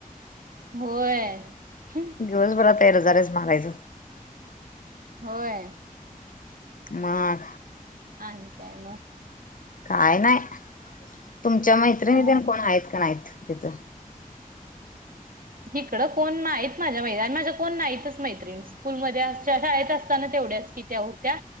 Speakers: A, on the right (about 75°); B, on the left (about 65°).
A: होय
B: दिवसभरातर हजार आहेच मारायचं
A: होय
B: मग
A: आणि काय मग
B: काय नाही तुमच्या मैत्रिणीतन
A: अ
B: कोण आहेत का नाहीत तिथं
A: इिकडं कोण नाहीत माझ्या मैत माझं कोण नाहीतच मैत्र्रीण स्कूलमध्ये शाळेत असताना तेवढ्याच की होत्या